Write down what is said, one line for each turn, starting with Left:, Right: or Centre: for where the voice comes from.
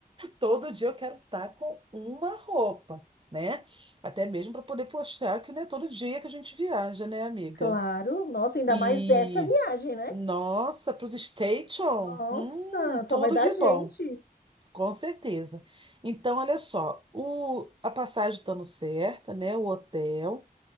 Right: todo dia eu quero estar com uma roupa, né? Até mesmo para poder postar, que não é todo dia que a gente viaja, né, amiga?
Left: claro. Nossa, ainda
Right: E
Left: mais dessa viagem, né?
Right: nossa, para os station,
Left: Nossa,
Right: hum,
Left: só
Right: tudo
Left: vai dar
Right: de
Left: gente.
Right: bom, com certeza. Então, olha só, o, a passagem estando certa, né? O hotel.